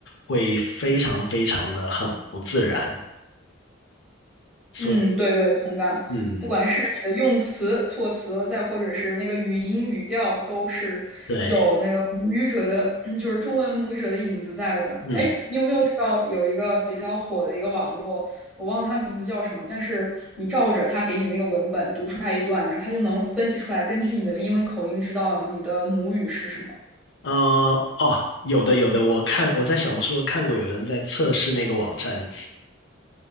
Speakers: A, on the left; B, in the centre.
A: 会非常非常的很不自然。所以，
B: 嗯，对对，同感。
A: 嗯，
B: 不管是你的用词、措辞，再或者是那个语音语调，都是有那个母语者的，
A: 对，
B: <clears throat> 就是中文母语者的影子在的。
A: 嗯，
B: 哎，你有没有知道有一个比较火的一个网络，我忘了它名字叫什么，但是你照着它给你的那个文本读出来一段，然后它就能分析出来，根据你的英文口音知道你的母语是什么。
A: 呃，哦，有的有的，我看我在小红书上看过有人在测试那个网站，